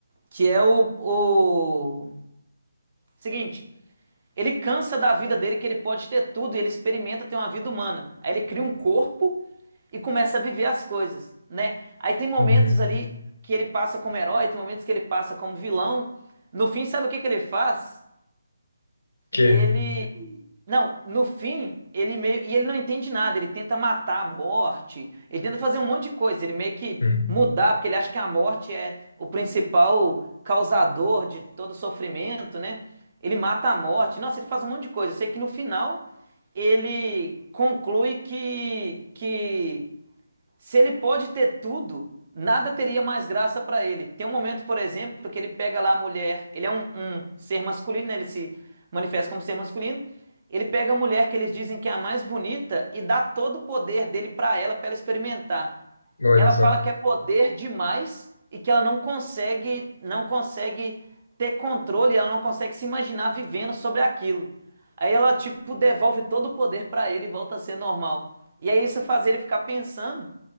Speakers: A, on the right; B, on the left.
A: que é o, o seguinte, ele cansa da vida dele, que ele pode ter tudo, e ele experimenta ter uma vida humana. Aí ele cria um corpo e começa a viver as coisas, né? Aí tem momentos
B: Uhum.
A: ali que ele passa como herói, tem momentos que ele passa como vilão. No fim, sabe o que que ele faz?
B: Que?
A: Ele. Não, no fim, ele meio. E ele não entende nada, ele tenta matar a morte, ele tenta fazer um monte de coisa, ele meio que
B: Hum.
A: mudar, porque ele acha que a morte é o principal causador de todo sofrimento, né? Ele mata a morte. Nossa, ele faz um monte de coisa. Eu sei que no final ele conclui que, que se ele pode ter tudo, nada teria mais graça para ele. Tem um momento, por exemplo, que ele pega lá a mulher, ele é um, um ser masculino, né? ele se manifesta como ser masculino. Ele pega a mulher que eles dizem que é a mais bonita e dá todo o poder dele para ela, para ela experimentar.
B: Olha
A: Ela
B: só.
A: fala que é poder demais e que ela não consegue, não consegue ter controle, ela não consegue se imaginar vivendo sobre aquilo. Aí ela tipo devolve todo o poder para ele e volta a ser normal. E aí isso faz ele ficar pensando